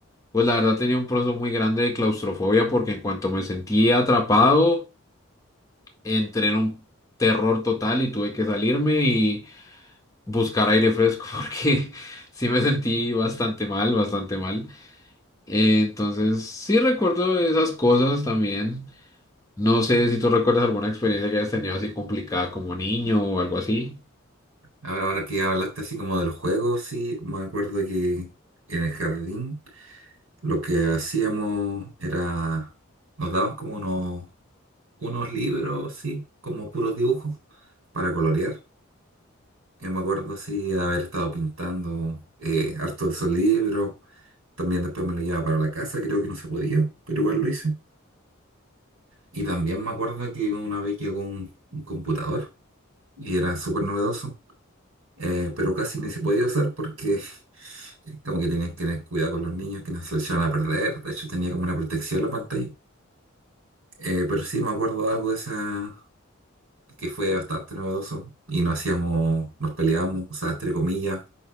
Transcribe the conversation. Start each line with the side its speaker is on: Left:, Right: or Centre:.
Left: Pues la verdad tenía un proceso muy grande de claustrofobia porque en cuanto me sentí atrapado, entré en un terror total y tuve que salirme y buscar aire fresco <laughs> porque sí me sentí bastante mal, bastante mal. Eh, entonces sí recuerdo esas cosas también. No sé si tú recuerdas alguna experiencia que hayas tenido así complicada como niño o algo así.
Right: Ahora, ahora que hablaste así como de los juegos, sí, me acuerdo que en el jardín lo que hacíamos era, nos daban como unos, unos libros, sí, como puros dibujos para colorear. Yo me acuerdo así de haber estado pintando eh, harto de esos libros. También después me lo llevaba para la casa, creo que no se podía, pero igual lo hice. Y también me acuerdo que una vez llegó un, un computador y era súper novedoso, eh, pero casi ni se podía usar porque Como que tenían que tener cuidado con los niños que no se los echaban a perder. De hecho, tenía como una protección la pantalla. Eh, pero sí me acuerdo de algo de esa que fue bastante novedoso. Y nos hacíamos, nos peleábamos, o sea, entre comillas,